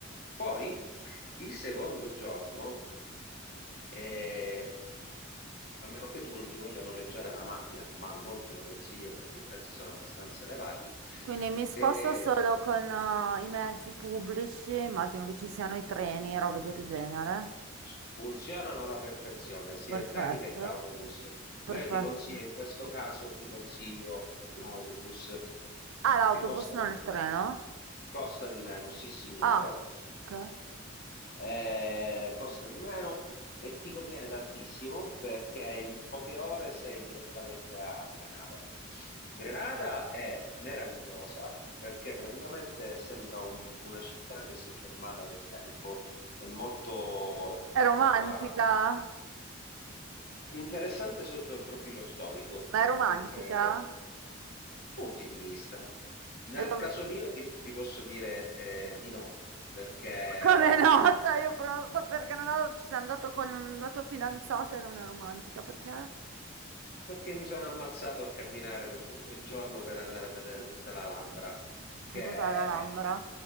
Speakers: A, on the left; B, on the right.
A: Poi il secondo giorno, eh, a meno che tu non ti voglia noleggiare una macchina, ma non te lo consiglio perché i prezzi sono abbastanza elevati,
B: Quindi mi sposto
A: eh,
B: solo con eh, i mezzi pubblici, immagino che ci siano i treni, robe del genere.
A: Funzionano alla perfezione sia
B: Perfetto,
A: i treni che gli autobus,
B: perfetto.
A: ma io ti consiglio, in questo caso, ti consiglio l'autobus
B: Ah, l'autobus,
A: perché costa
B: non
A: di,
B: il treno?
A: costa di meno, sì signore,
B: Ah, ok.
A: Eh, costa di meno e ti conviene tantissimo perché in poche ore sei direttamente a Grenada. Grenada è meravigliosa perché praticamente sembra un- una città che si è fermata nel tempo, è molto,
B: È romantica?
A: molto araba. Interessante sotto il profilo storico,
B: Ma è romantica?
A: più che punti di vista. Nel
B: E dov-
A: caso mio ti, ti posso dire eh, di no, perché
B: Come
A: ho
B: no?
A: cambiato.
B: <laughs> Cioè, io prenoto per Granada, ci sei andato con la tua fidanzata e non è romantica, perché?
A: Perché mi sono ammazzato a camminare per tutto il giorno per andare a vedere tutta l'Alhambra,
B: Che
A: che
B: cos'è l'Alhambra?
A: è...